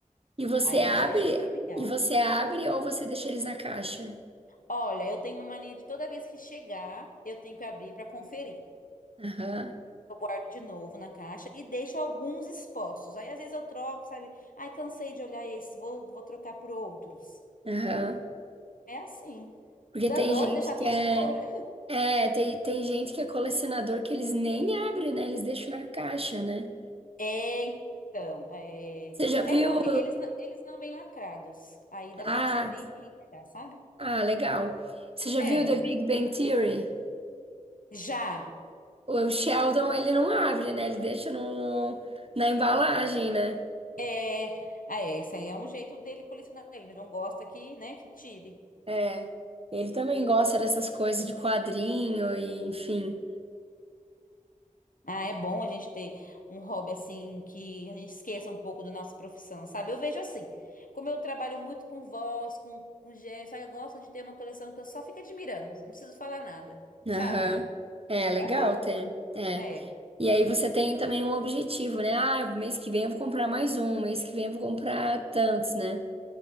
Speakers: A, on the right; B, on the left.
A: E você
B: Aí a
A: abre,
B: gente deixa bem legal.
A: e você abre ou você deixa eles na caixa?
B: Olha, eu tenho uma mania de toda vez que chegar, eu tenho que abrir para conferir.
A: Aham.
B: Eu guardo de novo na caixa e deixo alguns expostos. Aí às vezes eu troco, sabe? Ai, cansei de olhar esses, vou, vou trocar por outros.
A: Aham.
B: É assim.
A: Porque
B: Dá
A: tem
B: dó
A: gente
B: de deixar
A: que
B: tudo
A: é,
B: fora. <laughs>
A: é, tem, tem gente que é colecionador que eles nem abrem, né? Eles deixam na caixa, né?
B: É, então, é,
A: Você já viu?
B: é bom que eles não, eles não vêm lacrados. Aí dá
A: Ah,
B: para você abrir e guardar, sabe?
A: Ah, legal. Você já viu
B: É,
A: The Big Bang Theory?
B: já.
A: O Sheldon, ele não abre, né? Ele deixa no, na embalagem, né?
B: É, ah, é, isso aí é um jeito dele colecionar. Ele não gosta que, né, que tire.
A: É. Ele também gosta dessas coisas de quadrinho e enfim.
B: Ah, é bom a gente ter um hobby assim que a gente esqueça um pouco da nossa profissão, sabe? Eu vejo assim, como eu trabalho muito com voz, com, com gesto, aí eu gosto de ter uma coleção que eu só fico admirando, não preciso falar nada,
A: Aham.
B: sabe?
A: É, legal
B: É bom,
A: ter. É.
B: é.
A: E aí você tem também um objetivo, né? Ah, mês que vem eu vou comprar mais um, mês que vem eu vou comprar tantos, né?